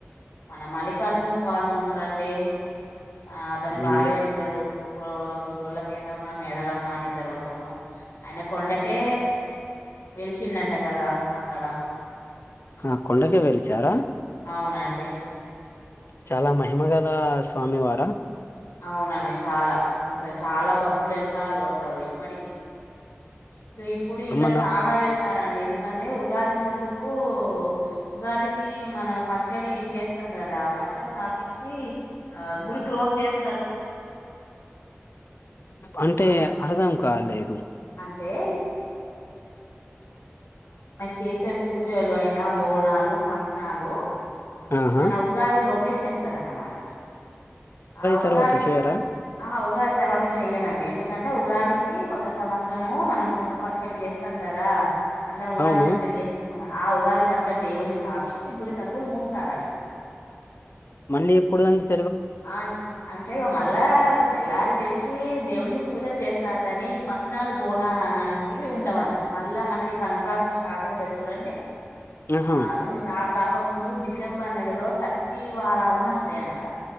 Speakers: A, on the left; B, on the left.
A: మన మల్లికార్జున స్వామి ఉంటారండి ఆ తను
B: మళ్ళీ
A: భార్యలుద్దారు గొల్ల కేతా మా మేళల మాని ఇద్దరు ఉంటారు ఆయన కొండకే వెలిచిండ అంట కదా అక్కడ
B: ఆ! కొండకే వెలిచారా?
A: అవునండి
B: చాలా మహిమ గల స్వామి వారా
A: అవునండి చాలా అ అసలు చాలా భక్తులు వెళ్తారు అసలు ఎప్పటికి ఇక ఇప్పుడు ఇంకా
B: ఏమన్నా
A: చాలా వెళ్తారంండి ఎందుకంటే ఉగాది ముందుకు ఉగాది కి మనము పచ్చడి చేస్తాం కదా పచ్చడి తాపిచ్చి ఆ గుడి క్లోజ్ చేస్త
B: అంటే
A: ఆ,
B: అడదాం కాలేదు
A: అంటే నేను చేసే పూజలు అయినా బోనాలు పట్నాాలు
B: ఆహా!
A: మన ఉగాది లోపే చేస్తా ఉస్తరనమాట ఆ ఉగాది
B: తర్వాత చేయరా?
A: ఆ ఉగాది తర్వాత చెయరండి ఎందుకు ఎట్ంటే ఉగాదికి కొత్త సంవత్సరము మనం కొత్త పచ్చడి చేస్త ాం కదా అందరం ఉగాది
B: అవును.
A: పచ్చడి చేసుకుంటాం ఆ ఉగాది పచ్చడి దేవునికి తాపించి గుడి తలుపులు మూస్ తరంట
B: మళ్ళీ ఎప్పుడు అ
A: ఆ అంటే ఇక మళ్ళా తెల్లారి తెలిసు చే దేవునికి పూజలు చేస్తారు గాని ఈ పట్నాలు బోనాలు అలాంటివి ఉండవుంటాం మళ్ళా మనకి సం సంక్రాంతి స్టార్ట్ అవుతది చూడండి
B: ఆహా!
A: ఆ ఇంకా స్టార్ట్గా ఇక ముందు డిసెంబర్ నెలలో సట్టి వారాలను వస్తాయంట